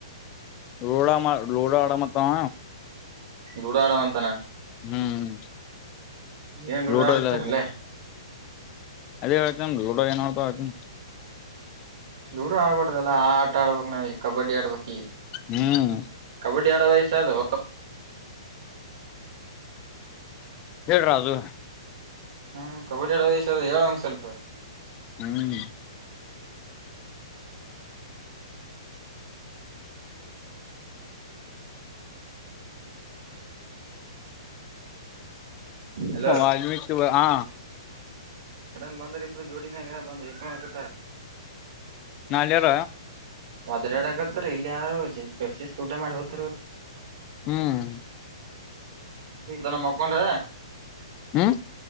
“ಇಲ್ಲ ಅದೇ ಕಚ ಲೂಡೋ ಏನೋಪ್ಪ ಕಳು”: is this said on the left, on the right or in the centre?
Left